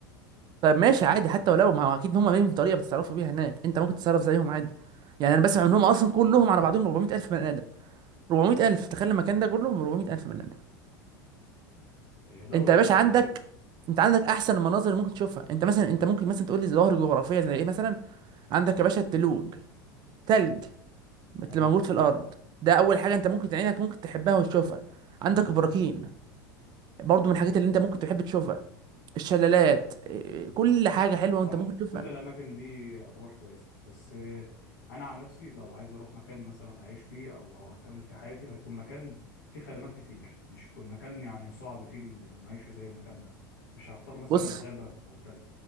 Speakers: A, on the right; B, on the left.
A: طب ماشي عادي حتى ولو ما هو اكيد هم ليهم طريقه بيتصرفوا بيها هناك انت ممكن تتصرف زيهم عادي يعني انا بسمع ان هم اصلا كلهم على بعضهم 400000 بني ادم 400000 تخيل المكان ده كله ب 400000 بني ادم
B: هي دوله
A: انت يا
B: كامله
A: باشا عندك
B: تقريبا
A: انت عندك احسن المناظر اللي ممكن تشوفها انت مثلا انت ممكن مثلا تقول لي ظواهر جغرافيه زي ايه مثلا عندك يا باشا التلوج تلج اللي
B: تمام
A: موجود في الارض ده اول حاجه انت ممكن عينك ممكن تحبها وتشوفها عندك البراكين برضو من الحاجات اللي انت ممكن تحب تشوفها الشلالات إيه، كل حاجه حلوه
B: صح
A: انت ممكن تشوفها
B: كل الاماكن دي يعتبر كويسه بس آه، انا عن نفسي لو عايز اروح مكان مثلا اعيش فيه او أو اكمل في حياتي هيكون مكان فيه خدمات كتير مش يكون مكان يعني صعب فيه المعيشه زي المكان ده مش هختار مثلا
A: بص
B: غابه او تلج